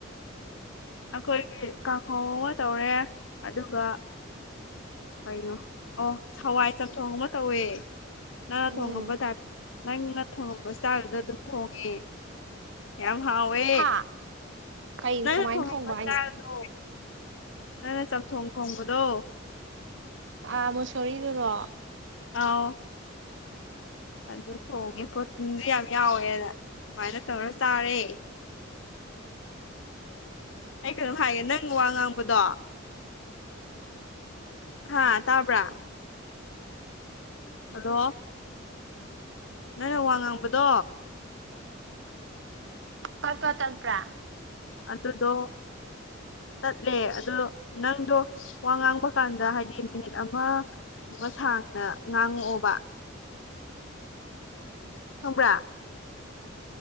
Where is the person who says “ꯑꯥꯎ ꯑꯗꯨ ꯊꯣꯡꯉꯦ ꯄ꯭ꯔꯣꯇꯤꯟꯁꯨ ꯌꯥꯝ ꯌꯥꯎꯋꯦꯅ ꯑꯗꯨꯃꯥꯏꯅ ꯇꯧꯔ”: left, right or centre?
Left